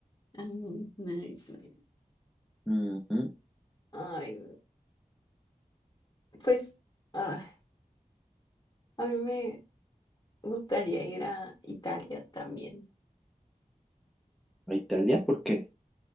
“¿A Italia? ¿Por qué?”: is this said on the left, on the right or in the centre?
Centre